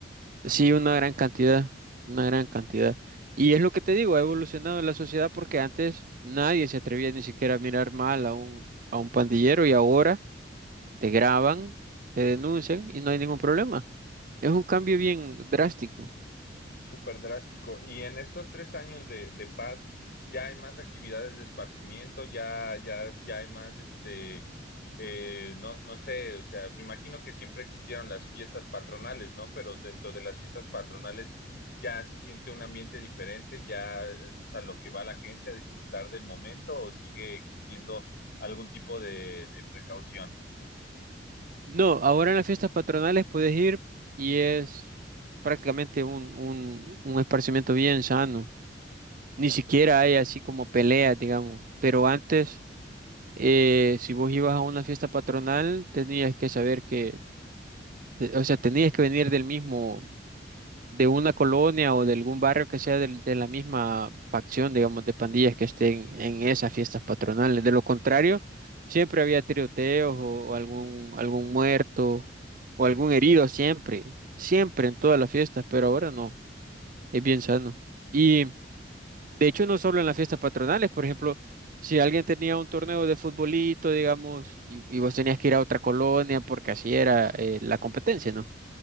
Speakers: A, on the right (about 50°); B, on the left (about 60°).
A: Sí, una gran cantidad, una gran cantidad. Y es lo que te digo, ha evolucionado la sociedad porque antes nadie se atrevía ni siquiera a mirar mal a un, a un pandillero y ahora te graban, te denuncian y no hay ningún problema. Es un cambio bien drástico.
B: Súper drástico. Y en estos tres años de, de paz, ya hay más actividades de esparcimiento, ya, ya, ya hay más, este, eh, no, no sé, o sea, me imagino que siempre existieron las fiestas patronales, ¿no? Pero dentro de las fiestas patronales ya se siente un ambiente diferente, ya es a lo que va la gente a disfrutar del momento o sigue existiendo algún tipo de, de precaución.
A: No, ahora en las fiestas patronales puedes ir y es prácticamente un, un, un esparcimiento bien sano. Ni siquiera hay así como peleas, digamos. Pero antes, eh, si vos ibas a una fiesta patronal, tenías que saber que Eh, O sea, tenías que venir del mismo, de una colonia o de algún barrio que sea del- de, la misma facción, digamos, de pandillas que estén en esas fiestas patronales. De lo contrario, siempre había tiroteos o, o algún, algún muerto o algún herido, siempre, siempre en todas las fiestas, pero ahora no, es bien sano. Y de hecho, no solo en las fiestas patronales, por ejemplo, si alguien tenía un torneo de futbolito, digamos, y, y vos tenías que ir a otra colonia porque así era eh, la competencia, ¿no?